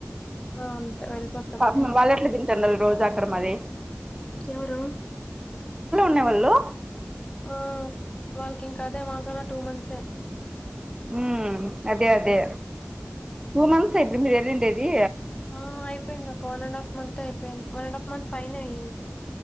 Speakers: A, on the left (about 25°); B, on the right (about 15°).
A: ఆ! అంతే వెళ్ళిపోతాం.
B: పాపం
A: ఉమ్.
B: వాళ్ళ ఎట్ల తింటారు రోజు అక్కడ మరి
A: ఎవరు
B: <unintelligible>
A: ఆ వాళ్ళకి ఇంక అదే మాకన్న టూ మంత్సే
B: ఉ అదే అదే టూ మంత్స్ ఇప్పుడు మీరు వెల్లిండేది
A: ఆ అయిపోయింది ఒక వన్ అండ్ హాఫ్ మంత్ అయిపోయింది వన్ అండ్ హాఫ్ మంత్ పైన అయింది